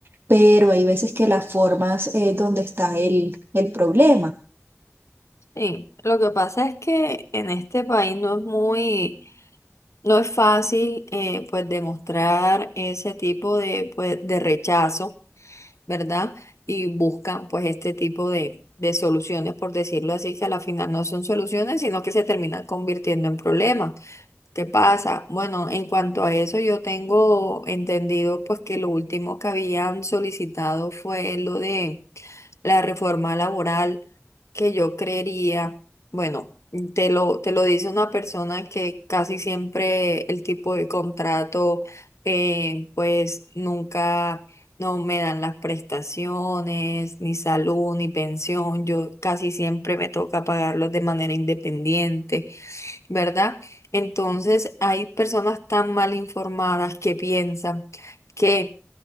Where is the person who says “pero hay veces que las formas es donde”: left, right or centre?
Right